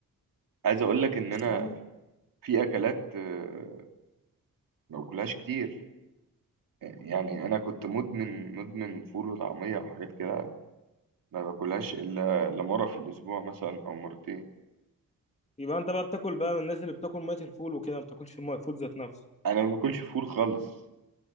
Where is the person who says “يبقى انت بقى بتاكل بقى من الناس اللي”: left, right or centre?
Left